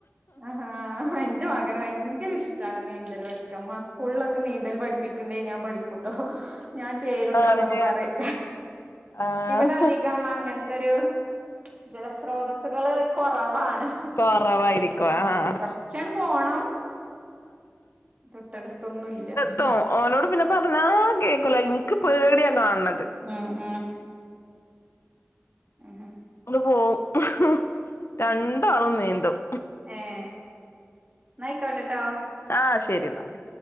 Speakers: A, on the right; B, on the left.
A: ആഹ എന്റെ മകന് ഭയങ്കര ഇഷ്ടണ് നീന്തൽ പഠി സ്കൂളിലൊക്കെ നീന്തൽ പഠിപ്പിക്കണ്ടേ ഞാൻ പഠിക്കൂട്ടോ ഞാൻ ചേരുട്ടോ
B: ആണില്ലേ
A: എന്നൊക്കെ പറിം.
B: ആഹ്
A: ഇവിടെ അധികം അങ്ങനത്തെരു ജലസ്രോതസ്സുകള് കുറവാണ്
B: കൊറവായിരിക്കും ആഹ്
A: ആഹ കൊറച്ചാണ പോണം. തൊട്ടടുത്തൊന്നുംല്ല.
B: ട്ടോ ഓനോട് പിന്നെ പറഞ്ഞാ കേൾക്കൂല ഇൻക്ക് പേടിയാ കാണണത്.
A: ഏഹ ഉഹ ഉ ഉ
B: അ പോവും രണ്ടാളും നീന്തും.
A: ഏഹ നയിക്കോട്ടെട്ടോ.
B: ആഹ ശരി ന്നാല്